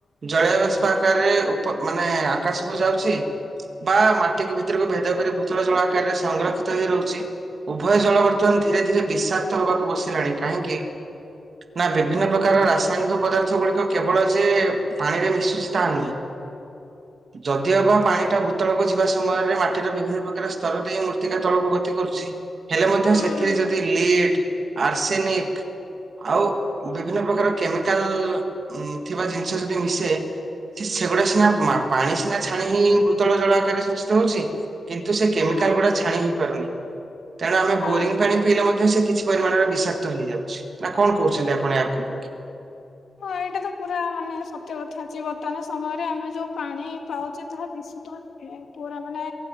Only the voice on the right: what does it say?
ଜଳୀୟବାଷ୍ପ ଆକାରରେ ଉପ ମାନେ ଆକାଶକୁ ଯାଉଛି। ବା ମାଟିକୁ ଭିତରକୁ ଭେଦ କରି ଭୂତଳ ଜଳ ଆକାରରେ ସଂଗ୍ରକ୍ଷିତ ହେଇ ରହୁଛି। ଉଭୟ ଜଳ ବର୍ତ୍ତମାନ ଧୀରେ ଧୀରେ ବିଷାକ୍ତ ହେବାକୁ ବସିଲାଣି କାହିଁକି? ନା ବିଭିନ୍ନ ପ୍ରକାର ରା ରାସାୟନିକ ପଦାର୍ଥ ଗୁଡିକ କେବଳ ଯେ ପାଣିରେ ମିଶୁଛି ତା ନୁହେଁ। ଯଦିଓ ବା ପାଣି ଟା ଭୂତଳକୁ ଯିବା ସମୟରେ ମାଟିର ବିଭିନ୍ନ ପ୍ରକାର ସ୍ତର ଦେଇ ମୂର୍ତ୍ତିକା ତଳକୁ ଗ ତି କରୁଚି ହେଲେ ମଧ୍ୟ
ସେ କିଏ ଯଦି ଲିଡ ଆର୍ସେନିକ ଆଉ ବିଭିନ୍ନ ପ୍ରକାର। କେମିକାଲ ଉଁ ଥିବା ଜିନିଷ ଯଦି ମିଶେ। ସି ସେଗୁଡା ସିନା ମା ପାଣି ସିନା ଛାଣି ହେଇ ଭୂତଳ ଜଳ ଆକାରରେ ଦୂଷିତ ହଉଛି। କିନ୍ତୁ ସେ କେମିକାଲ
ଗୁଡା ଛାଣି ହେଇ ପାରୁନି ତେଣୁ ଆମେ
ବୋରିଙ୍ଗ ପାଣି ପିଇଲେ ମଧ୍ୟ ସେ କିଛି। ପରିମାଣରେ ବିଷାକ୍ତ ହେଇଯାଉଛି ନା କଣ କହୁଛନ୍ତି ଆପଣ ଏହାକୁ ନେଇକି?